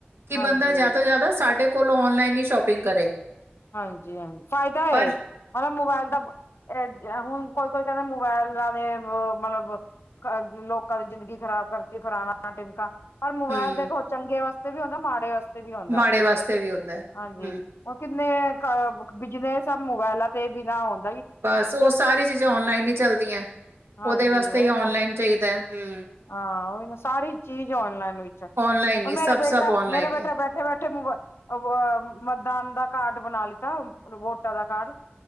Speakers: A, on the right; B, on the left.
A: ਕਿ
B: ਹਾਂਜੀ
A: ਬੰਦਾ, ਜ਼ਿਆਦਾ ਤੋਂ ਜ਼ਿਆਦਾ ਸਾਡੇ ਕੋਲੋਂ ਔਨਲਾਈਨ, ਹੀ ਸ਼ੋਪਿੰਗ ਕਰੇ
B: ਹਾਂਜੀ ਹਾਂਜੀ ਫਾਇਦਾ
A: ਪਰ
B: ਏ। ਮਤਲਬ ਮੋਬਾਇਲ ਤਾਂ ਹੁਣ ਕੋਈ ਕੋਈ ਕਹਿੰਦਾ ਮੋਬਾਇਲ ਦੇ ਮਤਲਬ <inaudible> ਘਰ ਦੇ ਲੋਕਾਂ ਨੇ ਜ਼ਿੰਦਗੀ ਖ਼ਰਾਬ ਕਰਤੀ ਫਰਾਣਾ, ਟਿਮਕਾ ਪਰ ਮੋਬਾਇਲ
A: ਹੂੰ
B: ਦੇਖੋ, ਚੰਗੇ ਵਾਸਤੇ ਵੀ ਹੁੰਦਾ, ਮਾੜੇ ਵਾਸਤੇ ਵੀ ਹੁੰਦਾ,
A: ਮਾੜੇ ਵਾਸਤੇ ਵੀ ਹੁੰਦਾ ਹੈ।
B: ਹਾਂਜੀ।
A: ਹੂੰ
B: ਹੁਣ ਕਿੰਨੇ ਬਿਜਨਸ, ਮੋਬਾਇਲਾਂ ਤੇ ਬਿਨਾਂ ਹੋਣ
A: ਬਸ, ਉਹ ਸਾਰੀ ਚੀਜ਼ਾਂ, ਔਨਲਾਈਨ ਹੀ ਚੱਲਦੀਆਂ,
B: ਹਾਂਜੀ
A: ਉਹਦੇ ਵਾਸਤੇ
B: ਉਹੀ
A: ਹੀ ਔਨਲਾਈਨ
B: ਨਾ
A: ਚਾਹੀਦਾ ਹੁ।
B: ਹਾਂ, ਓਹੀ ਨਾ ਸਾਰੀ ਚੀਜ਼ ਔਨਲਾਈਨ ਵਿੱਚ। ਉਹ
A: ਔਨਲਾਈਨ ਹੀ
B: ਮੇਰਾ
A: ਸਭ
B: ਬੇਟਾ,
A: ਸਭ ਔਨਲਾਈਨ
B: ਮੇਰਾ ਬੇਟਾ
A: ਹੀ ਹੈ
B: ਬੈਠੇ ਬੈਠੇ ਅ, ਮਤਦਾਨ ਦਾ ਕਾਰਡ ਬਣਾ ਲਿੱਤਾ, ਵੋਟਾਂ ਦਾ ਕਾਰਡ।